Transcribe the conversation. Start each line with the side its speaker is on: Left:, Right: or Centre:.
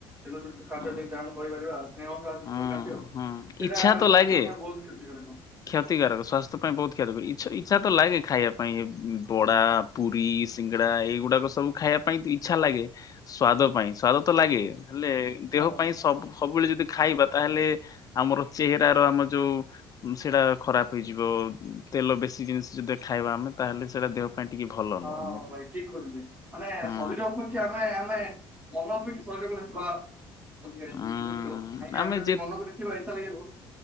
Right: ତେଲ ଯୁକ୍ତ ଖାଦ୍ୟ
Left: ହଁ
Right: ଟିକେ ଡାଉନ୍ କହିପାରିବା। ଯୁକ୍ତ
Left: ହଁ
Right: ଖାଦ୍ୟ ସେଟା
Left: ହଁ ଇଚ୍ଛା
Right: ସ୍ୱାସ୍ଥ୍ୟ
Left: ତ ଲାଗେ
Right: ପାଇଁ ବହୁତ କ୍ଷତିକାରକ।
Left: କ୍ଷତିକାରକ ସ୍ୱାସ୍ଥ୍ୟ ପାଇଁ ବହୁତ ତିଛ ଇଚ୍ଛା ଲାଗେ ଖାଇବା। ପାଇଁ ବଡା ପୁରୀ ସିଙ୍ଗଡା ଏଇଗୁଡାକ ସବୁ ଖାଇବା ପାଇଁ ଇଚ୍ଛା ଲାଗେ। ସ୍ଵାଦ ପାଇଁ ସ୍ଵାଦ ତ ଲାଗେ ହେଲେ ଦେହ
Right: ହଁ
Left: ପାଇଁ ସବୁ ସବୁବେଳେ ଯଦି ଖାଇବା ତାହେଲେ ଆମର ଚେହେଚାର ଆମ ଯୋଉ ସେଇଟା ଖରାପ ହେଇଯିବ ତେଲ ବେଶି ଜିନିଷ ଯଦି ଖାଇବା ଆମେ ତାହେଲେ ସେଇଟା ଦେହ ପାଟିକି ଭଲ।
Right: ହଁ
Left: ନୁହଁ ମୁଁ
Right: ଭାଇ ଠିକ କହିଛନ୍ତି ମାନେ
Left: ହୁଁ
Right: ଶରୀର ଅପେକ୍ଷା ନାଇଁ ନାଇଁ ମାନେ ବି ଶୈରକୁ ନଥିଲା। ଅଧିକ
Left: ଉଁ
Right: ଦ୍ରୁତ କାହିଁକି ଆମେ ଯଦି
Left: ଯେ
Right: ମନକୁ ଦେଖିବା ଇଚ୍ଛା ଲାଗିବ।